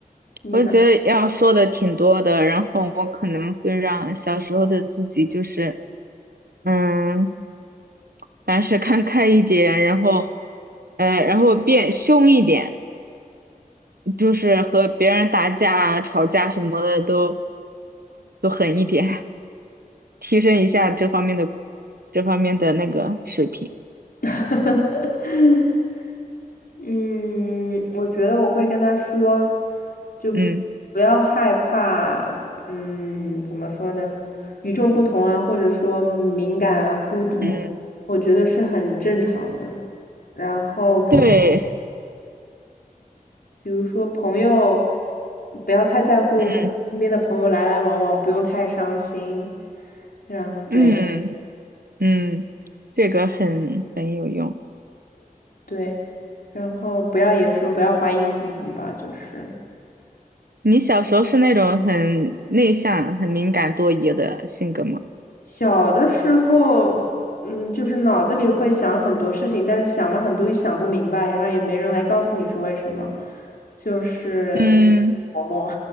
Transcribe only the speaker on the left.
你呢？
<laughs> 嗯，我觉得我会跟他说，就
不要害怕，嗯，怎么说呢？与众不同啊，或者说敏感啊、孤独，
我觉得是很正常的。然后，
比如说朋友，不要太在乎，
就身边的朋友来来往往，不用太伤心。嗯，对
对，然后不要也说不要怀疑自己吧，就是。
小的时候，嗯，就是脑子里会想很多事情，但是想了很多又想不明白，然后也没人来告诉你是为什么，就是琢磨，